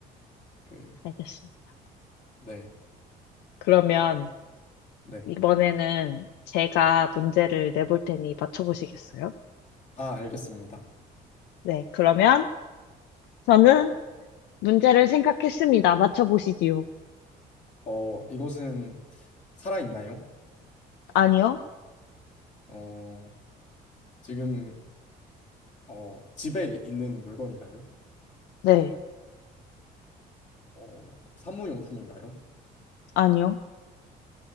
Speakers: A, on the left; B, on the left.
A: 그,
B: 알겠습니다.
A: 네,
B: 그러면
A: 네.
B: 이번에는 제가 문제를 내볼 테니 맞춰보시겠어요?
A: 아, 알겠습니다.
B: 네, 그러면 저는 문제를 생각했습니다. 맞춰보시지요.
A: 어, 이것은 살아있나요?
B: 아니요?
A: 어, 지금, 어, 집에 있는 물건인가요?
B: 네,
A: 어, 사무용품인가요?
B: 아니요,